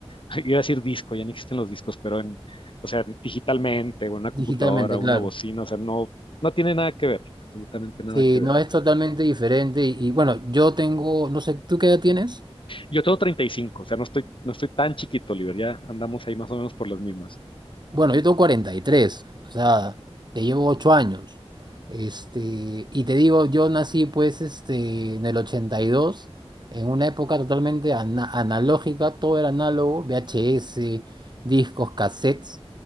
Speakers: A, on the left (about 55°); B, on the right (about 45°).
A: <laughs> iba a decir disco, ya no existen los discos, pero en, o sea, digitalmente, o en una computadora,
B: Digitalmente, claro.
A: una bocina, o sea, no, no tiene nada que ver, absolutamente nada
B: Sí,
A: que ver.
B: no es totalmente diferente. Y, y bueno, yo tengo, no sé, ¿tú qué edad tienes?
A: Yo tengo 35, o sea, no estoy, no estoy tan chiquito, Oliver, ya andamos ahí más o menos por las mismas.
B: Bueno, yo tengo cuarenta y tres o sea, te llevo 8 años. Este, y te digo, yo nací pues este, en el 82 en una época totalmente ana- analógica, todo era análogo, VHS, discos, cassettes,